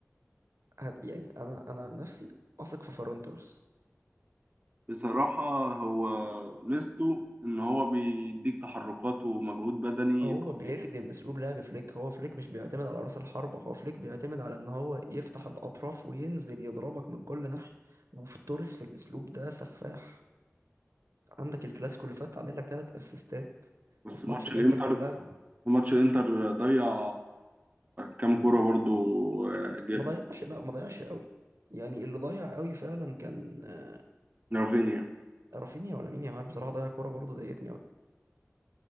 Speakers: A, on the right; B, on the right.
A: هت يعني أنا أنا عن نفسي أثق في فيران توريس
B: بصراحه هو ميزته ان هو بيديك تحركات ومجهود بدني
A: هو
B: قوي
A: بيخدم أسلوب لعب فليك هو فليك مش بيعتمد على رأس الحربة هو فليك بيعتمد على إن هو يفتح الأطراف وينزل يضربك من كل ناحية وفي توريس في الأسلوب ده سفاح عندك الكلاسيكو اللي فات عامل لك تلات أسيستات
B: بس
A: وفي
B: ماتش
A: ماتش الانتر
B: الانتر
A: كان لاعب
B: ماتش الانتر ضيع كام كوره برضو آه، ج-
A: ما ضيعش لا ما ضيعش قوي يعني اللي ضيع قوي فعلا كان آه،
B: رافينيا
A: رافينيا ولا مين يامال بصراحه ضيع كوره برضه ضايقتني قوي